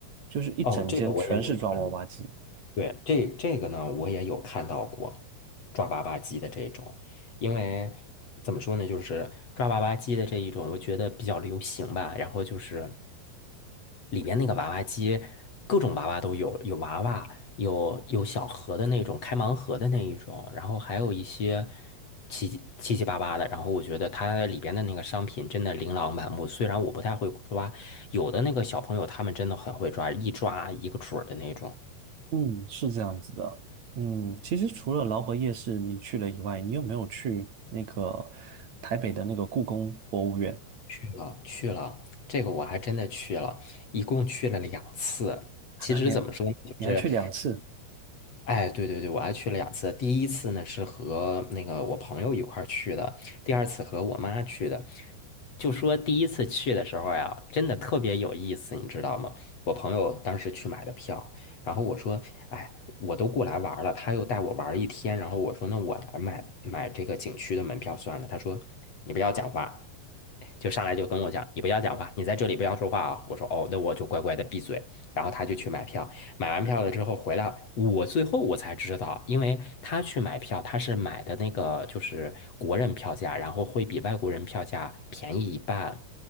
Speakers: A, on the right; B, on the left.
A: 就是一整间全是抓娃娃机。
B: 哦，这个我也有看到。对，这这个呢，我也有看到过抓娃娃机的这种，因为怎么说呢，就是抓娃娃机的这一种，我觉得比较流行吧。然后就是里边那个娃娃机，各种娃娃都有，有娃娃，有有小盒的那种，开盲盒的那一种，然后还有一些七七七八八的。然后我觉得它里边的那个商品真的琳琅满目，虽然我不太会抓，有的那个小朋友他们真的很会抓，一抓一个准儿的那种。
A: 嗯，是这样子的。嗯，其实除了劳合夜市你去了以外，你有没有去那个台北的那个故宫博物院？
B: 去了，去了，这个我还真的去了，一共去了两次。其实怎么说呢，
A: 啊，你还
B: 就是嗯，
A: 你还去两次
B: 哎，对对对，我还去了两次。第一次呢是和那个我朋友一块儿去的，第二次和我妈去的。就说第一次去的时候呀，真的特别有意思，你知道吗？我朋友当时去买的票，然后我说，哎，我都过来玩儿了，他又带我玩儿一天，然后我说，那我来买买这个景区的门票算了。他说，你不要讲话，<laughs> 就上来就跟我讲，你不要讲话，你在这里不要说话啊。我说，哦，那我就乖乖的闭嘴。然后他就去买票。买完票了之后回来，我最后我才知道，因为他去买票，他是买的那个就是国人票价，然后会比外国人票价便宜一半。